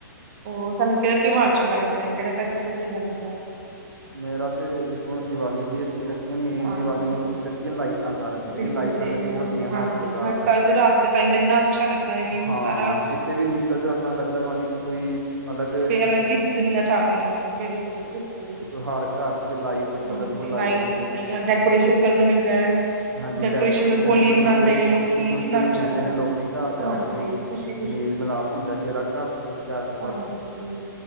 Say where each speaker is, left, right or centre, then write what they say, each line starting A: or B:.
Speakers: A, on the right (about 40°); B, on the right (about 80°).
A: ਉਹ ਤੁਹਾਨੂੰ ਕਿਹੜਾ ਤਿਉਹਾਰ ਚੰਗਾ ਲੱਗਦਾ ਕਿਹੜਾ ਫੈਸਟੀਵਲ ਚੰਗਾ ਲੱਗਦਾ।
B: ਮੇਰਾ ਤੇ ਦੇਖੋ ਦਿਵਾਲੀ ਬੜੀ ਅੱਛੀ ਅੱਛੀ ਲੱਗਦੀ ਹੈ ਮੇਨ
A: ਹਾਂਜੀ
B: ਦੀਵਾਲੀ ਮਨੂੰ ਅੱਛੀ ਲੱਦੀ ਹੈ ਲਾਈਟਾਂ ਕਾਰ ਜਿਹੜੀਆਂ
A: ਬਿਲਕੁਲ
B: ਲਾਈਟਾਂ
A: ਜੀ
B: ਲੱਗ
A: ਮੈਨੂੰ
B: ਹੁੰਦੀਆਂ
A: ਵੀ ਹਾਂਜੀ
B: ਹਰ ਜਗਾ
A: ਘਰ ਰਾਤ ਦੇ ਟਾਈਮ ਇੰਨਾ ਅੱਛਾ ਲੱਗਦਾ ਹੈ ਵੀਊ
B: ਹਾਂ
A: ਸਾਰਾ।
B: ਕਿਤੇ ਵੀ ਨਿਕਲ ਜਾਓ ਇਦਾਂ ਲੱਗਦਾ ਵਾ ਨੀ ਕੋਈ, ਅਲੱਗ
A: ਅਲੱਗ ਹੀ ਦੁਨੀਆਂ ਚ ਆ ਗਈਆਂ ਵਾਂ ਬਿਲਕੁਲ ਜੀ ਬਿਲਕੁਲ,
B: ਹਰ ਘਰ ਚ ਲਾਈਟ ਕਲਰਫੁਲ
A: ਹਾਂਜੀ
B: ਲਾਈਟਸ
A: ਲਾਈਟ ਲ ਡੈਕੋਰੇਸ਼ਨ ਕਰਨ ਨੂੰ ਮਿਲਦਾ ਹੈ।
B: ਹਾਂਜੀ
A: ਡੈਕੋਰੇਸ਼ਨ ਰੰਗੋਲੀ
B: ਇੱਕ
A: ਬਣਾਉਂਦੇ
B: ਦੂਜੇ
A: ਨੇ ਲੋਕੀ
B: ਇੱਕ ਦੂਜੇ
A: ਕਿੰਨਾ
B: ਨੂੰ
A: ਅੱਛਾ
B: ਮਿਲਦੇ
A: ਲੱਗਦਾ
B: ਨੇ ਲੋਕੀ ਘਰ ਜਾ
A: ਹਾਂਜੀ
B: ਕੇ
A: ਖੁਸ਼ੀ ਖੁਸ਼ੀ
B: ਮੇਲ ਮਿਲਾਪ ਹੁੰਦਾ ਜਿਹੜਾ ਘੱਟ ਚੁੱਕਿਆ ਜੀ
A: ਹਾਂਜੀ